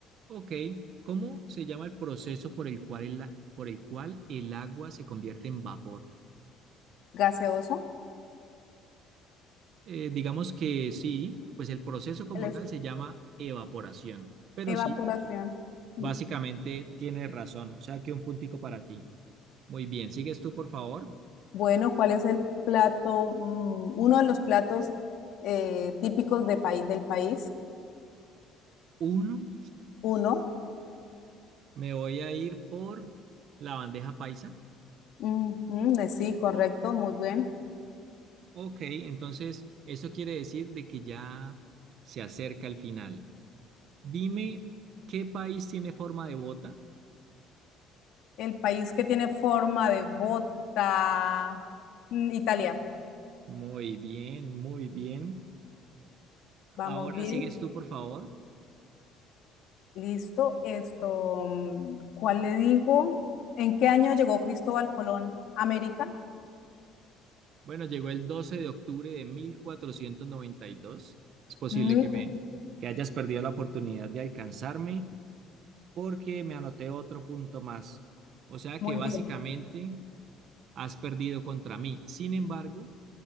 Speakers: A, on the right; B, on the left.
A: Ok. ¿Cómo se llama el proceso por el cual el, a- por el cual el agua se convierte en vapor?
B: gaseoso,
A: Eh, digamos que sí, pues el proceso como
B: ele-
A: tal se llama evaporación. Pero
B: evaporación.
A: sí,
B: Mm.
A: Básicamente tienes razón, o sea, aquí un puntico para ti. Muy bien, sigues tú, por favor.
B: Bueno, ¿cuál es el plato, mm, uno de los platos eh, típicos de paí- del país?
A: Uno,
B: Uno.
A: me voy a ir por la bandeja paisa.
B: Ujú, eh, sí, correcto, muy bien.
A: Ok, entonces eso quiere decir de que ya se acerca el final. Dime, ¿qué país tiene forma de bota?
B: El país que tiene forma de bota, Mm, Italia.
A: Muy bien, muy bien.
B: Vamos
A: Ahora
B: bien,
A: sigues tú, por favor.
B: listo. Esto, mm, ¿cuál le digo? ¿En qué año llegó Cristóbal Colón a América?
A: Bueno, llegó el 12 de octubre de 1492. Es posible
B: Mm,
A: que me, que hayas perdido la oportunidad de alcanzarme. porque me anoté otro punto más. O sea
B: muy
A: que básicamente
B: bien.
A: has perdido contra mí. Sin embargo,